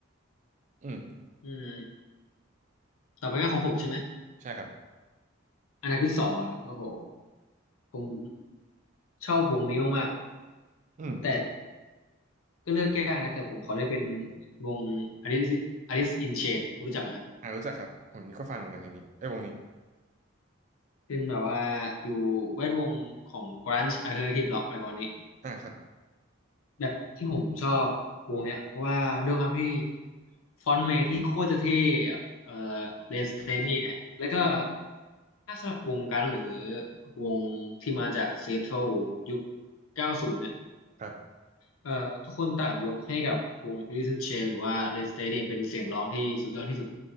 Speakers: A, on the right; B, on the left.
A: อืม
B: อืมต่อไปก็ของผมใช่ไหม
A: ใช่ครับ
B: อันดับที่สองนะครับผม ผมชอบวงนี้มากๆแต่
A: อืม
B: ก็เลือกยากนะ แต่ผมขอได้เป็นวง Alice Alice in Chains คุณรู้จักไหมครับ
A: อ่ารู้จักครับผมก็ฟังเหมือนกันเพลงนี้ไอ้ยวงนี้
B: เป็นแบบว่าอยู่แวดวงของ grunge alternative rock อะไรประมาณนี้
A: อ่าครับ
B: แบบที่ผมชอบวงเนี้ยเพราะว่าด้วยความที่ฟอนต์แมนที่โคตรจะเท่เอ่อเลนสเตอรี่เนี่ยแล้วก็ถ้าสำหรับวงกันหรือวงที่มาจากซีแอตเทิลยุค90เนี่ย
A: <laughs> ครับ
B: เอ่อทุกคนต่างยกให้กับวง Alice in Chains หรือว่า Red State เนี่ยเป็นเสียงร้องที่สุดยอดที่สุด